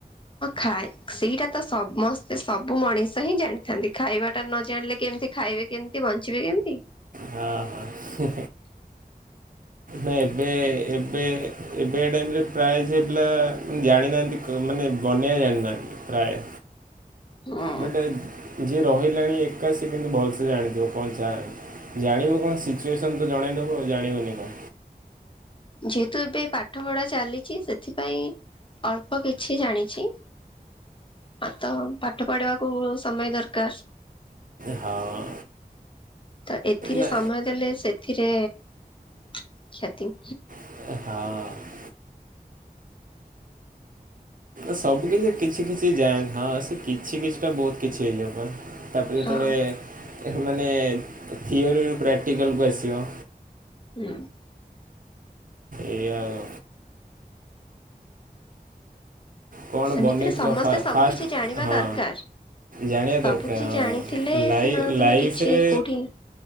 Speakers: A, on the left; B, on the right.
A: ଖାଏ ସେଇଟା ତ ସମସ୍ତେ ସବୁ ମଣିଷ ହିଁ ଜାଣି ଛନ୍ତି ଖାଇବା ଟା ନ ଜାଣିଲେ କେମିତି ଖାଇବେ କେମିତି ବଞ୍ଚିବେ କେମିତି?
B: ହଁ ହଁ ନାଇଁ ଏବେ ଏବେ ଏବେ ଟାଇମରେ ପ୍ରାଇଜ ହେ ପିଲା ଜାଣିନାହାନ୍ତି ମାନେ ବନେଇବା ଜାଣିନାହାନ୍ତି। ପ୍ରାୟ।
A: ହଁ
B: ବଟ୍ ଯିଏ ରହିଲାଣି ଏକାଶୀ କିନ୍ତୁ ଭଲସେ ଜାଣିଥିବ କଣ ଜାଣିବ କଣ ସିଚୁଏସନ୍ ତ ଜଣାଇଦେବ ଆଉ ଜାଣିବନି କଣ?
A: ଯେହେତୁ ଏବେ ପାଠ ପଢା ଚାଲିଛି ସେଥିପାଇଁ ଅଳ୍ପ କିଛି ଜାଣିଛି। ଆଉ ତ ପାଠ ପଢିବାକୁ ସମୟ ଦରକାର
B: ହଁ।
A: ତ ଏଥିରେ
B: ନା
A: ସମୟ ଦେଲେ ସେଥିରେ କ୍ଷତି
B: ହଁ। ସବୁ କିଛି କିଛି କିଛି ଯାଏନ ହଁ ସେ କିଛି କିଛିଟା ବହୁତ କିଛି ହେଇଯିବ ପା। ତାପରେ ଯେତେବେଳେ
A: ହଁ
B: ମାନେ ଥିଅରିରୁ ପ୍ରାକ୍ଟିକାଲକୁ ଆସିବ।
A: ହୁଁ।
B: ଏଇଆ ଆଉ। କଣ
A: ସେମିତିରେ
B: ବନେଇଥିଲ
A: ସମସ୍ତେ
B: ଫାଷ୍ଟ
A: ସବୁ କିଛି ଜାଣିବା
B: ହଁ?
A: ଦରକାର।
B: ଜାଣିବା
A: ସବୁ
B: ଦରକାର
A: କିଛି
B: ହଁ
A: ଜାଣିଥିଲେ
B: ଲାଇ
A: ସିନା ତମେ
B: ଲାଇଫରେ
A: କିଛି କୋଉଠି